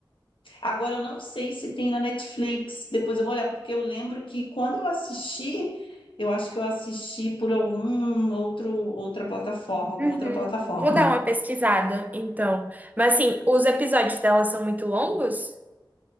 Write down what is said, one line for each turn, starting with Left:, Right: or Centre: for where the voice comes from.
Left: Agora eu não sei se tem na Netflix, depois eu vou olhar, porque eu lembro que quando eu assisti, eu acho que eu assisti por algum outro, outra plataforma, alguma
Right: Uhum.
Left: outra plataforma.
Right: Vou dar uma pesquisada, então. Mas assim, os episódios dela são muito longos?